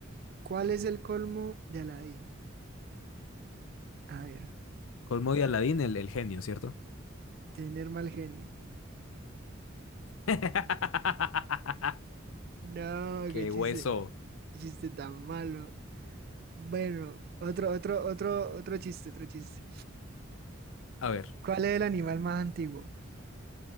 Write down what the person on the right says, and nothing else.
¿Cuál es el colmo de Aladdin? A ver,
tener mal genio.
No,
qué chiste,
qué chiste tan malo. Bueno, otro, otro, otro, otro chiste, otro chiste.
¿Cuál es el animal más antiguo?